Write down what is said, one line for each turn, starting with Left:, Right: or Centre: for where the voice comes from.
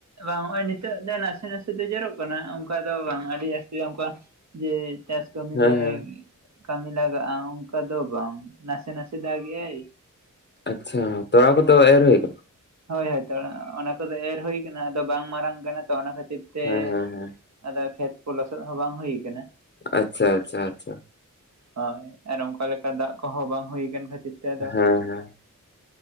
Right: ᱵᱟᱝ ᱦᱚᱜᱼᱚᱭ ᱱᱤᱛᱳᱜ ᱫᱚ ᱱᱟᱥᱮ ᱱᱟᱥᱮ ᱫᱚ ᱡᱚᱨᱚᱜ ᱠᱟᱱᱟ, ᱚᱝᱠᱟ ᱫᱚ ᱵᱟᱝ ᱟᱹᱰᱤ ᱡᱟᱹᱥᱛᱤ ᱫᱚ ᱚᱝᱠᱟ ᱡᱮ ᱪᱟᱥ ᱠᱟᱹᱢᱤ
Left: ᱦᱮᱸ
Right: ᱨᱮ
Left: ᱦᱮᱸ
Right: ᱠᱟᱹᱢᱤ ᱞᱟᱜᱟᱜᱼᱟ ᱚᱝᱠᱟ ᱫᱚ ᱵᱟᱝ, ᱱᱟᱥᱮ ᱱᱟᱥᱮ ᱫᱟᱜ ᱮᱭᱟᱭ ᱾
Left: ᱟᱪᱪᱷᱟ ᱛᱚᱲᱟ ᱠᱚ ᱫᱚ ᱮᱨ ᱦᱳᱭ ᱠᱟᱱᱟ?
Right: ᱦᱳᱭ ᱦᱳᱭ ᱛᱚᱲᱟ ᱚᱱᱟ ᱠᱚᱫᱚ ᱮᱨ ᱦᱳᱭ ᱠᱟᱱᱟ, ᱟᱫᱚ ᱵᱟᱝ ᱢᱟᱨᱟᱝ ᱠᱟᱱᱟ ᱛᱚ ᱚᱱᱟ ᱠᱷᱟᱹᱛᱤᱨ ᱛᱮ
Left: ᱦᱮᱸ ᱦᱮᱸ ᱦᱮᱸ
Right: ᱟᱫᱚ ᱠᱷᱮᱛ ᱠᱚ ᱞᱚᱥᱚᱫ ᱦᱚᱸ ᱵᱟᱝ ᱦᱳᱭ ᱠᱟᱱᱟ ᱾
Left: ᱟᱪᱪᱷᱟ ᱟᱪᱪᱷᱟ ᱟᱪᱪᱷᱟ ᱾
Right: ᱦᱳᱭ, ᱟᱨ ᱚᱝᱠᱟ ᱞᱮᱠᱟ ᱫᱟᱜ ᱠᱚᱦᱚᱸ ᱵᱟᱝ ᱦᱳᱭ ᱠᱟᱱ ᱠᱷᱟᱹᱛᱤᱨ ᱛᱮ ᱟᱫᱚ
Left: ᱦᱮᱸ ᱦᱮᱸ